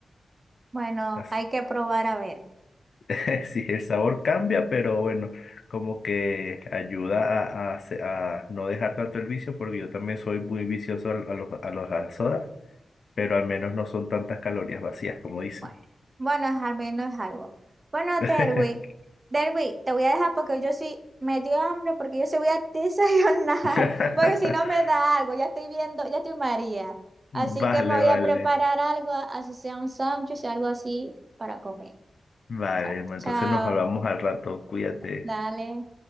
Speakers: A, on the right; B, on the left.
A: Bueno,
B: Así-
A: hay que probar a ver.
B: <laughs> Sí, el sabor cambia, pero bueno, como que ayuda a, a, se- a no dejar tanto el vicio, porque yo también soy muy vicioso a, a los, a los a las sodas, pero al menos no son tantas calorías vacías como dicen.
A: Bueno, bueno, al menos es algo. Bueno, Derwi,
B: <laughs>
A: Derwi, te voy a dejar porque yo sí me dio hambre porque yo sí voy a <laughs> desayunar,
B: <laughs>
A: porque si no me da algo, ya estoy viendo, ya estoy María. Así
B: Vale,
A: que me voy
B: vale,
A: a preparar algo, así sea un sándwich, algo así para comer.
B: vale.
A: Chao,
B: ma, Entonces
A: chao.
B: nos hablamos al rato. Cuídate.
A: Dale.